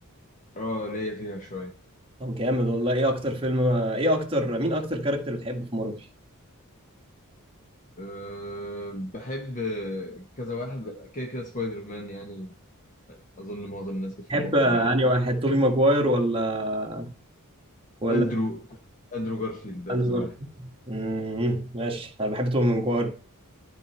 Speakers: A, on the left; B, on the right.
A: اه ليا فيها شوية
B: طب جامد والله ايه اكتر فيلم ايه اكتر مين اكتر كاركتر بتحبه في مارفل
A: أه بحب كذا واحد كده كده سبايدر مان يعني أظن معظم الناس بتحبه
B: تحب
A: أكتر
B: انهي
A: واحد
B: واحد توبي ماجواير ولا ولا
A: أندرو أندرو جارفيلد ده
B: اندرو
A: أكتر
B: جارفيلد؟
A: واحد
B: امم ماشي انا بحب توبي ماجواير